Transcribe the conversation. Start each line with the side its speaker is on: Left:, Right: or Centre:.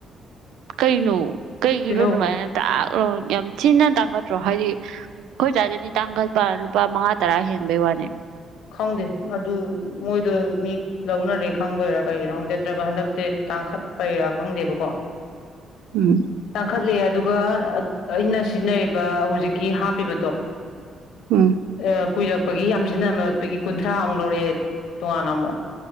Right: ꯀꯩꯅ ꯀꯩ
Left: ꯇꯤꯜꯍꯧ
Right: ꯀꯅꯣ ꯅ ꯃꯥꯏ ꯑꯣ ꯌꯥꯝ ꯊꯤꯅ ꯇꯥꯡꯈꯠꯇ꯭ꯔꯣ ꯍꯥꯏꯗꯤ ꯑꯩꯈꯣꯏ ꯁ꯭ꯋꯥꯏꯗꯗꯤ ꯇꯥꯡꯈꯠꯄ ꯂꯨꯄꯥ ꯃꯉꯥ ꯇꯔꯥ ꯍꯦꯟꯕꯩ ꯋꯥꯅꯤ
Left: ꯈꯪꯗꯦ ꯑꯗꯨ ꯃꯣꯏ ꯑꯗꯨ ꯃꯤ ꯂꯧꯅꯔꯦ ꯈꯪꯕꯩꯔꯥ ꯀꯔꯤꯒꯤꯅꯣ ꯈꯪꯗꯦ ꯅꯠꯇ꯭ꯔꯒ ꯍꯟꯗꯛꯇꯤ ꯇꯥꯡꯈꯠꯄꯩꯔꯥ ꯈꯪꯗꯦꯕꯀꯣ
Right: ꯎꯝ
Left: ꯇꯥꯡꯈꯠꯂꯦ ꯑꯗꯨꯒ ꯑꯩꯅ ꯁꯤꯖꯤꯟꯅꯔꯤꯕ ꯍꯧꯖꯤꯛꯀꯤ ꯍꯥꯞꯄꯤꯕꯗꯣ
Right: ꯎꯝ
Left: ꯑ ꯀꯨꯏꯔꯛꯄꯒꯤ ꯌꯥꯝꯁꯤꯅꯃꯛ ꯅꯨꯗꯒꯤ ꯀꯨꯟꯊ꯭ꯔꯥ ꯑꯃꯨꯛ ꯂꯧꯔꯛꯑꯦ ꯇꯣꯉꯥꯟꯅ ꯑꯃꯨꯛ